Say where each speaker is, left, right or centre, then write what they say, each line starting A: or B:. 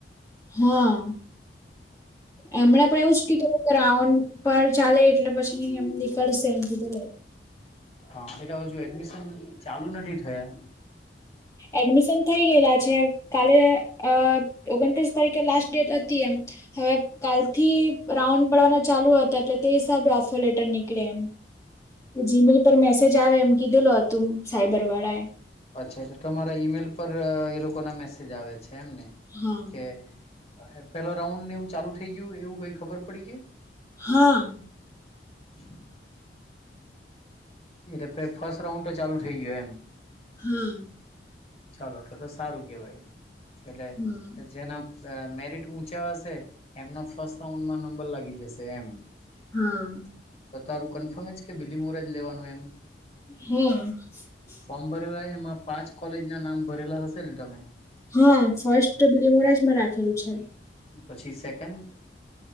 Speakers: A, on the left; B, on the left.
A: હા એમણે પણ એવુંજ કીધું ગ્રાઉન્ડ પર ચાલે એટલે પછીની એમ નીકળસ થેન્ક યુ ડુલેદ
B: હા એટલે હવે હજુ એડમિશન ચાલુ નથી થયા
A: એડમિશન થઈ ગયેલા છે કાલે અ ઓગણત્રીસ તારીખે લાસ્ટ ડેટ હતી એમ હવે કાલથી રાઉન્ડ પડવાના ચાલુ હતા તેટલે તે હિસાબ આફો લેટર નીકળે એમ જીમેલ પર મેસેજ આવે એમ કીધેલો હતું સાયબર વાળા એ
B: અચ્છા તો તમારા ઈમેલ પર એ લોકો ના મેસેજ આવે છે એમને
A: હા
B: કે પેલો રાઉન્ડ ને એવું ચાલુ થઇ ગયું એવું કઈ ખબર પડી કે
A: હા
B: <inaudible> <unintelligible>
A: હા
B: ચાલો તો તો સારું કેવાય એટલે
A: હમ
B: જેના અ મેરિટ ઊંચા હશે એમના ફર્સ્ટ રાઉન્ડમાં નંબર લાગી જશે એમ
A: હા
B: તો તારું કન્ફર્મ જ કે બિલી મોર જ લેવાનું એમ
A: હ
B: ફોર્મ ભરેલા એમાં પાંચ કોલેજ ના નામ ભરેલા હશે ને તમે
A: હા ફર્સ્ટ બીલી મોરાજમાં રાખેલું છે
B: પછી સેકન્ડ